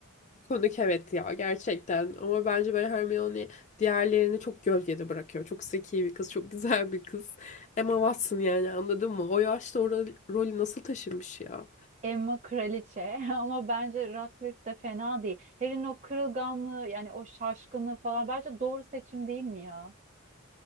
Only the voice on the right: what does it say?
Emma kraliçe <laughs> ama bence Radcliffe de fena değil. Harry'nin o kırılganlığı yani o şaşkınlığı falan bence doğru seçim değil mi ya?